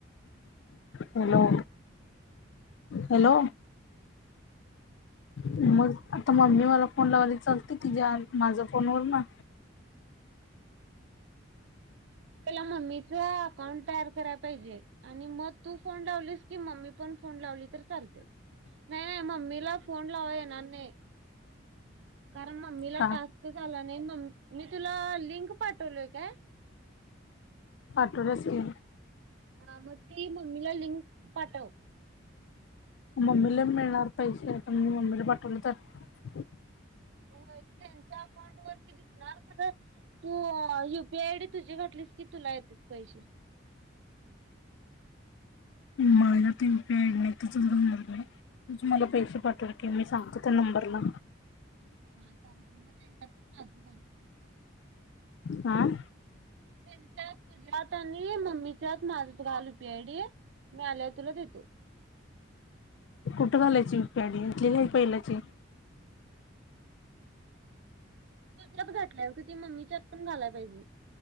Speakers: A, on the left (about 65°); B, on the right (about 60°).
A: हॅलो. हॅलो नस्. आता मम्मी मला फोन लावायला चालते तिच्या माझ्या फोनवर ना.
B: ला मम्मीच अकाउंट तयार कराला पाहिजे आणि मग तू फोन लावलीस की म. मम्मी पण फोन लावली तर चालते.
A: <inaudible>
B: नाही नाही मम्मीला फोन लाव येणार नाही. कारण मम्मीला
A: का
B: टास्कच आला नाही मग मी तुला लिंक. पाठवलोय काय?
A: पाठवल्यास की.
B: हां म ते मम्मीला लिंक पाठव.
A: मम्मीला मिळणार पैसे पण मी मम्मीला पाठवले तर.
B: होय ते त्यांच्या अकाउंट वरती दिसणार. तू युपीआय आयडी तुझी घटलीस की तुला येतेत पैसे.
A: मला ते पेड नाही <unintelligible> नाही तु मला पैसे पाठवल की मी सांगतो. त्या नंबरला.
B: हां चालतंय मग त्यांच्यात पण माझंच आहे.
A: आं.
B: त्यांच्या तुझ्यात आणि मम्मीच्यात माझच घालू यूपीआयेआयडी. मी आल्यावर तुला देतो.
A: कुठं घालायची युपीआयेआयडी इथली का पहिलाची?
B: तुझ्यात घातल्यास ग ती मम्मीच्यात घालाय पाहिजे.